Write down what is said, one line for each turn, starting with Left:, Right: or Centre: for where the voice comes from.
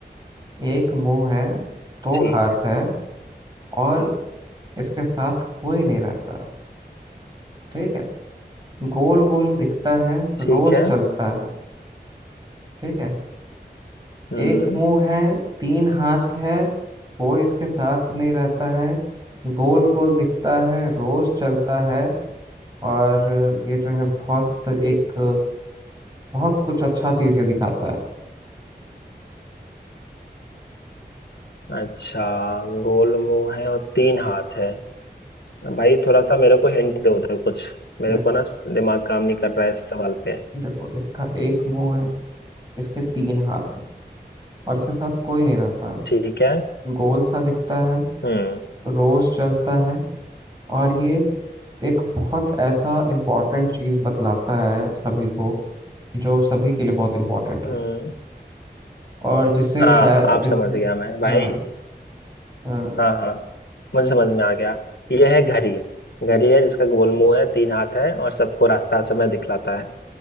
Right: एक मुंह है दो
Left: ठीक
Right: हाथ है और इसके साथ कोई नहीं रहता ठीक है गोल गोल दिखता है
Left: ठीक
Right: रोज
Left: है
Right: चलता है ठीक है
Left: हम्म
Right: एक मुंह है तीन हाथ है कोई इसके साथ नहीं रहता है गोल गोल दिखता है रोज चलता है और ये जो है बहुत एक बहुत कुछ अच्छा चीज ये दिखाता
Left: अच्छा गोल मुंह है और तीन हाथ है भाई थोड़ा सा मेरे को हिंट दो दो कुछ मेरे
Right: है देखो
Left: को ना दिमाग काम नहीं कर रहा है इस सवाल पे
Right: देखो इसका एक मुंह है इसके तीन हाथ हैं और इसके साथ कोई नहीं रहता
Left: ठीक है
Right: है गोल सा दिखता है
Left: हम्म
Right: रोज चलता है और ये एक बहुत ऐसा इम्पोर्टेंट चीज़ बतलाता है सभी को जो सभी के लिए बहुत इम्पोर्टेंट है
Left: हम्म
Right: और जिसे
Left: हाँ
Right: शायद
Left: आप
Right: जिसे
Left: समझ गया मैं भाई
Right: हाँ हाँ
Left: हाँ हाँ मुझे समझ में आ गया यह है घड़ी घड़ी है जिसका गोल मुंह है तीन हाथ है और सबको रास्ता हर समय दिखलाता है